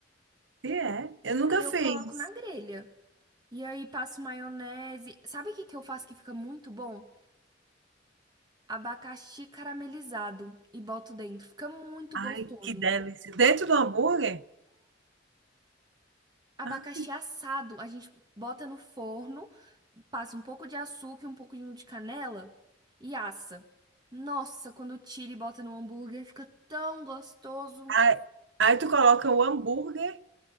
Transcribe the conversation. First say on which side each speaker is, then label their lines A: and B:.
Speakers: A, on the right; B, on the right.
A: Se é? Eu nunca
B: Aí eu
A: fiz.
B: coloco na grelha. E aí passo maionese. Sabe o que que eu faço que fica muito bom? Abacaxi caramelizado e boto dentro. Fica muito
A: Ai,
B: gostoso.
A: que delícia. Dentro do hambúrguer?
B: Abacaxi
A: Ah,
B: assado, a gente bota no forno, passa um pouco de açúcar e um pouquinho de canela e assa. Nossa, quando tira e bota no hambúrguer, fica tão gostoso.
A: Aí, aí tu coloca o hambúrguer,